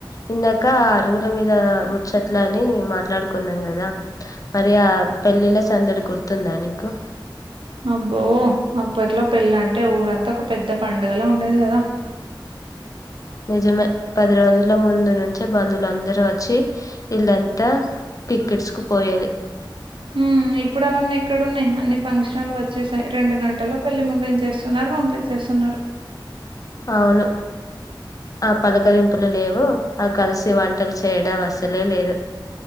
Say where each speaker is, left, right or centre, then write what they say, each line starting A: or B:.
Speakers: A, on the left (about 45°); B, on the right (about 80°).
A: ఇందాక అరుగుల మీద్ ఇ ముచ్చట్ల అని మాట్లాడుకున్నాం గదా మరి ఆ పెళ్ళిళ్ళ సందడి గుర్తుందా నీకు
B: అబ్బో అప్పట్లో పెళ్ళ అంటే ఊరంతా ఒక పెద్ద పడుగలా ఉండేది గదా
A: నిజమే పది రోజుల ముందు నుంచి బంధువులు అందరూ వచ్చి ఇల్లంతా టికెట్స్ కు పోయేది
B: ఊ ఇప్పుడు అవన్ని ఇక్కడ ఉన్నాయి అన్ని ఫంక్షనల్ లు వచ్చేసాయి రెండు గంటల్లో పెళ్లి ముగించేస్తున్నారు పంపించేస్తున్నారు
A: అవును ఆ పలకరింపులు లేవు ఆ కలిసి వంటలు చేయడం అసలే లేదు